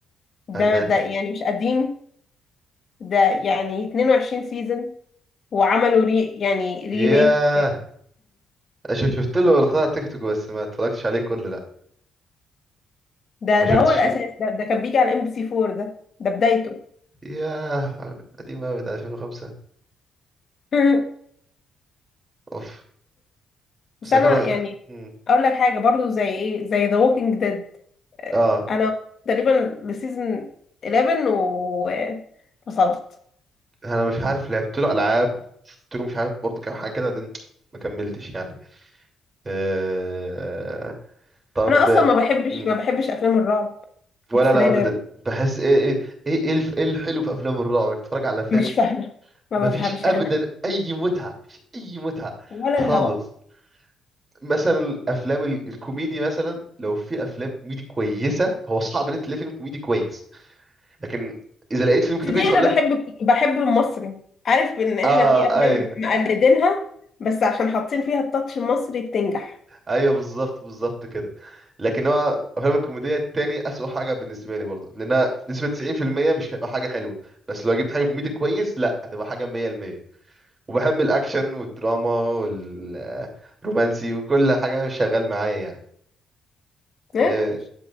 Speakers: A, on the left (about 50°); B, on the right (about 25°).
A: ده
B: انات
A: ده يعني مش قديم ده يعني 22 سيزون وعملوا ري يعني ريميك
B: ياه شف- شفت له لقاء على تيك توك بس ما اتفرجتش عليه كله لا
A: ده
B: ما
A: ده
B: شفتش
A: هو الاساس ده ده كان بيجي على ام بي سي 4 ده ده بدايته
B: ياه قديم قوي ده 2005
A: <laughs>
B: اوف
A: بس
B: بس
A: انا
B: 2000
A: يعني
B: مم.
A: اقول لك حاجه برضو زي ايه زي ذا ووكينج ديد
B: اه
A: انا تقريبا لسيزون 11 وفصلت
B: انا مش عارف لعبت له العاب شفت له مش عارف برضه كام حاجه كده بعدين ما كملتش يعني أه... طب
A: انا اصلا ما بحبش
B: م،
A: ما بحبش افلام الرعب
B: ولا
A: الثريلر
B: انا ابدا بحس ايه ايه ايه ايه الف- إيه الحلو في افلام الرعب انك تتفرج على فيلم
A: مش فاهمه ما
B: مفيش
A: بفهمش
B: ابدا
A: انا
B: اي متعه مفيش اي متعه
A: ولا
B: خالص
A: الهوا
B: مثلا الافلام ال- الكوميدي مثلا لو في افلام كوميدي كويسه هو صعب ان انت تلاقي فيلم كوميدي كويس لكن اذا لقيت فيلم كوميدي
A: في دي
B: كويس هقول
A: انا
B: لك
A: بحب بحب المصري عارف ان احنا
B: اه
A: في افلام
B: اي
A: مقلدينها بس عشان حاطين فيها التاتش المصري بتنجح
B: ايوه بالظبط بالظبط كده لكن هو افلام الكوميديا التاني اسوأ حاجه بالنسبه لي برضه لانها نسبه 90% مش هيبقى حاجه حلوه بس لو جبت حاجه كوميدي كويس لا هتبقى حاجه 100% وبحب الاكشن والدراما والرومانسي وكل حاجه شغال معايا يعني
A: <laughs>
B: إيه